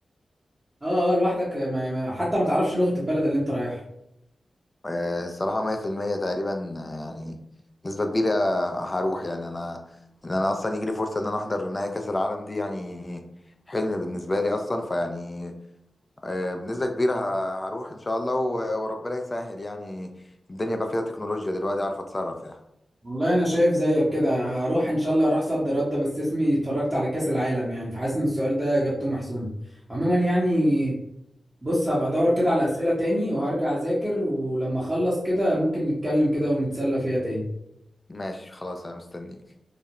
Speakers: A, on the right; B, on the left.
A: اه اه لوحدك ما ما- حتى ما تعرفش لغه البلد اللي انت رايحها
B: إيه الصراحه 100% تقريبا آه، يعني نسبه كبيره هروح يعني انا ان انا اصلا يجي لي فرصه ان انا احضر نهائي كاس العالم دي يعني حلم بالنسبه لي اصلا فيعني آه، بنسبة كبيرة ه- هروح إن شاء الله و- وربنا يسهل يعني الدنيا بقى فيها تكنولوجيا دلوقتي أعرف أتصرف يعني
A: والله انا شايف زيك كده هروح ان شاء الله هروح صد رد بس اسمي اتفرجت على كاس العالم يعني فحاسس ان السؤال ده اجابته محسومه عموما يعني بص هبقى ادور كده على اسئله تاني وهرجع اذاكر ولما اخلص كده ممكن نتكلم كده ونتسلى فيها تاني
B: ماشي خلاص أنا مستنيك